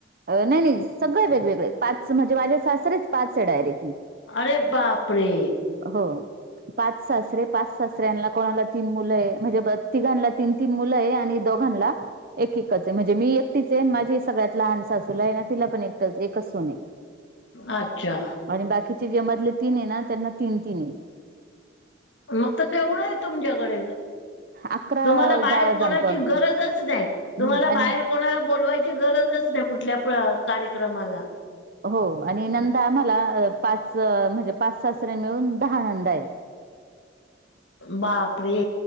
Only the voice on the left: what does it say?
अरे बापरे!
अच्छा.
मग तर केवढं- तुमच्याकडे.
तुम्हाला बाहेर
कोणाची
गरजच नाही. तुम्हाला
बाहेर- कोणाला बोलवायची गरजच नाही कुठल्या कार्यक्रमाला.
बापरे!